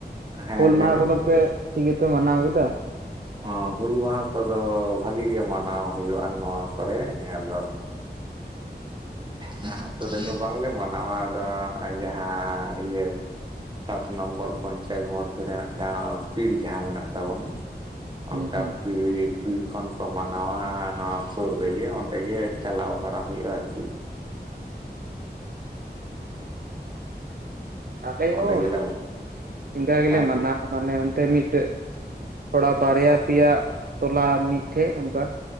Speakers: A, on the right; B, on the right.
A: ᱦᱮᱸ
B: ᱦᱩᱞ
A: ᱞᱟᱹᱭ
B: ᱢᱟᱦᱟᱸ
A: ᱢᱮ
B: ᱠᱚᱫᱚ ᱯᱮ ᱴᱷᱤᱠ ᱜᱮᱯᱮ ᱢᱟᱱᱟᱣ ᱠᱮᱫᱟ?
A: ᱚ, ᱦᱩᱞ ᱢᱟᱦᱟᱸ ᱠᱚᱫᱚ ᱵᱷᱟᱹᱜᱤ ᱜᱮ ᱢᱟᱱᱟᱣ ᱦᱩᱭᱩᱜ-ᱟ ᱱᱚᱣᱟ ᱠᱚᱨᱮ᱾ᱟᱫᱚ ᱦᱮᱸ, ᱟᱹᱛᱩ ᱨᱮᱫᱚ ᱵᱟᱝᱞᱮ ᱢᱟᱱᱟᱣᱟ ᱟᱫᱚ ᱡᱟᱦᱟᱸ ᱤᱭᱟᱹ ᱥᱟᱛ ᱱᱚᱢᱵᱚᱨ ᱯᱚᱧᱪᱟᱭᱮᱛ ᱢᱚᱫᱽᱫᱷᱮ ᱨᱮ ᱢᱤᱫᱴᱟᱝ ᱯᱤᱲ ᱡᱟᱦᱟᱸ ᱢᱮᱱᱟᱜ ᱛᱟᱵᱚᱱᱟ᱾
B: ᱦᱩᱸ
A: ᱚᱱᱠᱟ
B: ᱦᱩᱸ
A: ᱯᱤᱲ ᱦᱤᱯᱤᱲ ᱠᱷᱚᱱ ᱠᱚ ᱢᱟᱱᱟᱣᱟ ᱱᱚᱣᱟ ᱥᱩᱨ ᱨᱮᱜᱮ, ᱚᱸᱰᱮ ᱜᱮ ᱪᱟᱞᱟᱣ ᱵᱟᱲᱟ ᱦᱩᱭᱩᱜ-ᱟ ᱟᱨᱠᱤ᱾
B: ᱟᱞᱮ
A: ᱚᱸᱰᱮ
B: ᱦᱚᱸ
A: ᱜᱮᱞᱮ
B: ᱤᱱᱠᱟᱹ ᱜᱮᱞᱮ
A: ᱦᱮᱸ
B: ᱢᱟᱱᱟᱣ᱾ ᱢᱟᱱᱮ ᱚᱱᱛᱮ ᱢᱤᱫᱴᱮᱡ ᱛᱷᱚᱲᱟ ᱵᱟᱨᱭᱟ ᱯᱮᱭᱟ ᱴᱚᱞᱟ ᱢᱤᱫᱴᱷᱮᱡ ᱚᱱᱠᱟ᱾